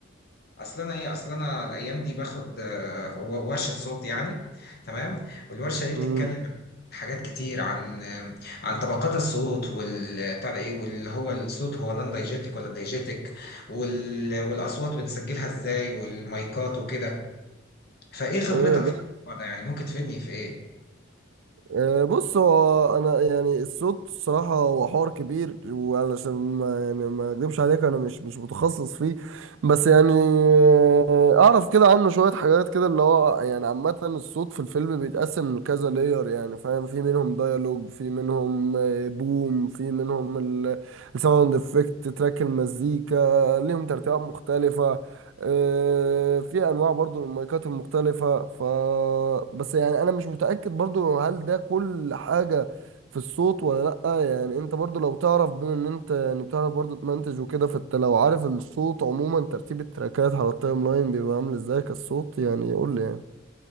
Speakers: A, on the left; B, on the right.
A: اصل انا ايه اصل انا الايام دي باخد آه، و- ورشه صوت يعني تمام والورشه دي بتتكلم
B: مم.
A: عن حاجات كتير عن آه، عن طبقات الصوت وال بتاع ده ايه واللي هو الصوت هو نان دايجيتك ولا دايجيتك وال... والاصوات بنسجلها ازاي والمايكات وكده فايه خبرتك
B: ايه
A: في الموضوع ده يعني ممكن تفيدني في ايه
B: آه، بص هو انا يعني الصوت الصراحه هو حوار كبير وعلشان ما يعني ما اكذبش عليك انا مش مش متخصص فيه بس يعني آه، اعرف كده عنه شويه حاجات كده اللي هو يعني عامه الصوت في الفيلم بيتقسم لكذا لاير يعني فاهم في منهم ديالوج في منهم آه، بوم في منهم الساوند افكت تراك المزيكا ليهم ترتيبات مختلفه آه، في انواع برضو للمايكات المختلفة ف بس يعني انا مش متأكد برضو هل ده كل حاجة في الصوت ولا لأ يعني انت برضو لو تعرف بما ان انت يعني بتعرف برضو تمنتج وكده فانت لو عارف الصوت عموما ترتيب التراكات على التايم لاين بيبقى عامل ازاي كالصوت يعني قول لي يعني